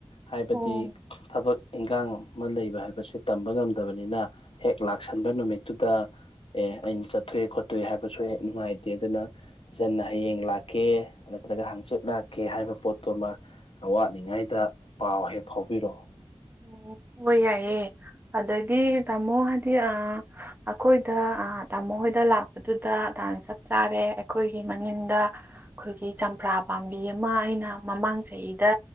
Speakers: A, on the left (about 60°); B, on the right (about 20°).
A: ꯍꯥꯏꯕꯗꯤ
B: ꯑꯣ
A: ꯊꯕꯛ ꯏꯟꯒꯥꯡ ꯑꯃ ꯂꯩꯕ ꯍꯥꯏꯕꯁꯤ ꯇꯝꯕ ꯉꯝꯗꯕꯅꯤꯅ ꯍꯦꯛ ꯂꯥꯛꯁꯟꯕ ꯅꯨꯃꯤꯠꯇꯨꯗ ꯑꯦ ꯑꯩꯅ ꯆꯠꯊꯣꯛꯑꯦ ꯈꯣꯠꯇꯣꯛ ꯑꯦ ꯍꯥꯏꯕꯁꯨ ꯍꯦꯛ ꯅꯨꯡꯉꯥꯏꯇꯦ ꯑꯗꯨꯅ ꯆꯟꯅ ꯍꯌꯦꯡ ꯂꯥꯛꯀꯦ ꯅꯠꯇ꯭ꯔꯒ ꯍꯥꯡꯆꯤꯠ ꯂꯥꯛꯀꯦ ꯍꯥꯏꯕ ꯄꯣꯠꯇꯨꯃ ꯋꯥꯠꯂꯤꯉꯩꯗ ꯄꯥꯎ ꯍꯦꯛ ꯐꯥꯎꯕꯤꯔꯛꯑꯣ
B: ꯑꯣ ꯍꯣꯏ ꯌꯥꯏꯌꯦ ꯑꯗꯒꯤ ꯇꯥꯃꯣ ꯍꯥꯏꯗꯤ ꯑ ꯑꯩꯈꯣꯏꯗ ꯑ ꯇꯥꯃꯣ ꯍꯣꯏꯗ ꯂꯥꯛꯄꯗꯨꯗ ꯇꯥꯟ ꯆꯞ ꯆꯥꯔꯦ ꯑꯩꯈꯣꯏꯒꯤ ꯃꯅꯤꯡꯗ ꯑꯩꯈꯣꯏꯒꯤ ꯆꯝꯄ꯭ꯔꯥ ꯄꯥꯝꯕꯤ ꯑꯃ ꯑꯩꯅ ꯃꯃꯥꯡ ꯆꯍꯤꯗ